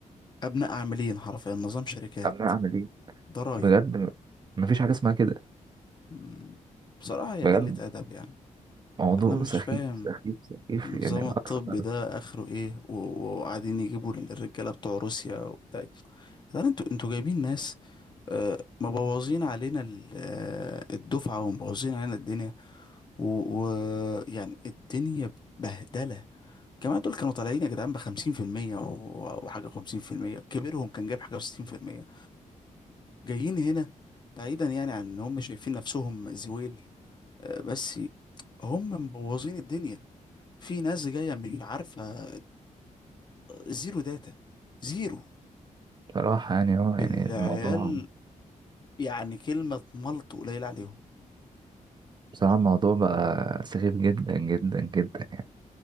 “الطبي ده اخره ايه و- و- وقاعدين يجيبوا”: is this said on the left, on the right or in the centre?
Left